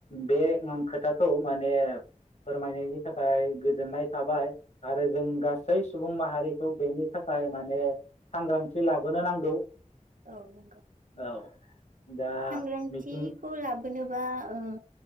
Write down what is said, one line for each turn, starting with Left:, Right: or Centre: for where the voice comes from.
Left: बे खोथाखौ माने फोरमायनायनि थाखाय गोजोननाय थाबाय आरो जों गासै सुबुं माहारिखौ बेनि थाखाय माने सांग्रांथि <unintelligible> <unintelligible> नांगौ।
Right: औ नंगौ।
Left: औ दा
Right: सांग्रान्थिखौ
Left: मिथिं
Right: <unintelligible> होनोबा ओ